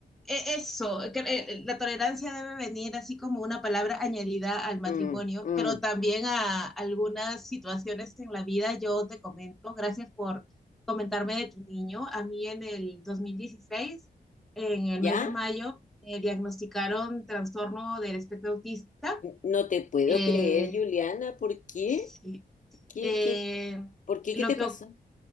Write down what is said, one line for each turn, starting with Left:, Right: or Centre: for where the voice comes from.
Centre: e- eso, que, eh, la tolerancia debe venir así como una palabra añadida al matrimonio,
Left: Mm, mm.
Centre: pero también a algunas situaciones en la vida. Yo te comento, gracias por comentarme de tu niño. A mí en el 2016 en el
Left: ¿Ya?
Centre: mes de mayo, me diagnosticaron trastorno del espectro autista.
Left: No te puedo
Centre: Eh,
Left: creer, Juliana, ¿por qué?
Centre: sí,
Left: ¿Qué,
Centre: eh,
Left: qué, por qué?
Centre: lo
Left: ¿Qué te
Centre: que,
Left: pasó?